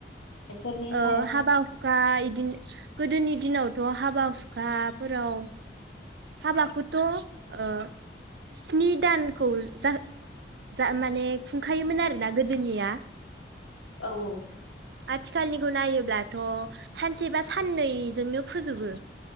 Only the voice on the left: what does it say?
एफोरनि
सायाव
औ औ